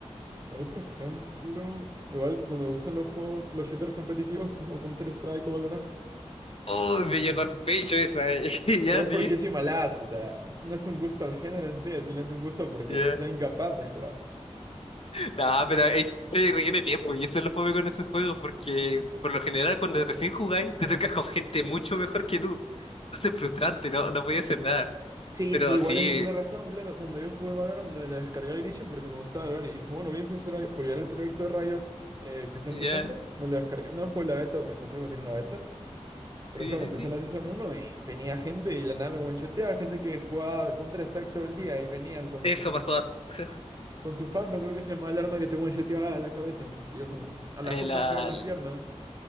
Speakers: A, on the right (about 35°); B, on the left (about 60°).
A: A mí, por ejemplo, igual no me gustan los juegos, los shooters competitivos como Counter-Strike o Valorant.
B: Uy, me llegó el pecho esa, eh. <laughs> Ya,
A: Pero es
B: sí.
A: porque yo soy malazo, o sea, no es un gusto al género en sí, es simplemente un gusto porque
B: Ya.
A: soy incapaz de jugar.
B: No, pero ahí se requiere tiempo, y eso es lo fome con esos juegos, porque por lo general, cuando recién jugáis, te tocas con gente mucho mejor que tú. Entonces es frustrante, no, no podía hacer nada.
A: Sí,
B: Pero
A: sí, igual
B: sí,
A: esa es una razón, claro. Cuando yo jugué Valorant me lo descargué al inicio porque me gustaba LoL y dije, bueno, voy a empezar a apoyar el proyecto de Riot eh, que está
B: ya.
A: empezando. Me lo descargué. No jugué la beta porque no creo que tiene una beta.
B: Sí,
A: Pero claro, empecé
B: sí, sí.
A: en la Season uno y venía gente y de la nada me one gente que jugaba Counter-Strike todo el día y venían con
B: Eso
A: su
B: pasó harto. <laughs>
A: Con su fandom, creo que se llamaba el arma que te shoteaba a la cabeza. Y yo como, a
B: Eh,
A: las justas
B: la,
A: pego en la pierna.